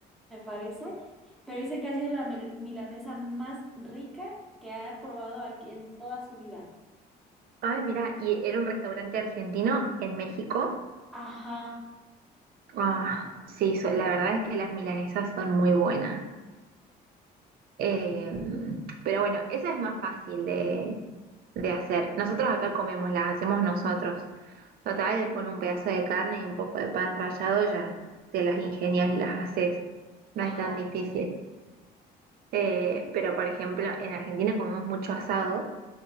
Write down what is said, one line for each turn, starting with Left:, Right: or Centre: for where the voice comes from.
Centre: me parece. Pero dice que ha sido la mil- milanesa más rica que ha probado aquí en toda su vida.
Right: Ay, mira, y era un restaurante argentino en México.
Centre: Ajá,
Right: Ah, sí, so- la verdad es que las milanesas son muy buenas. Eh, pero bueno, esa es más fácil de, de hacer. Nosotros acá comemos, las hacemos nosotros. Total, con un pedazo de carne y un poco de pan rallado ya te las ingenias y las haces. No
Centre: ajá.
Right: es tan difícil. Eh, pero por ejemplo, en Argentina comemos mucho asado,